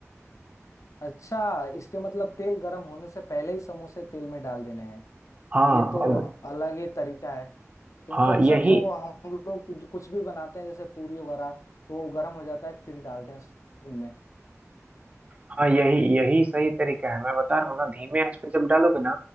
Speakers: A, on the left (about 80°); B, on the right (about 25°).
A: अच्छा इसके मतलब तेल गर्म होने से पहले ही समोसे तेल में डाल देने हैं
B: हाँ
A: ये तो
B: और
A: अलग ही तरीका है क्योंकि
B: हाँ
A: अक्सर
B: यही
A: तो हम लोग कुछ कुछ भी बनाते हैं जैसे पूरी वगैरह तो वो गर्म हो जाता है फिर डालते हैं उनमें
B: हाँ यही यही सही तरीका है मैं बता रहा हूँ ना धीमे आंच पे जब डालोगे ना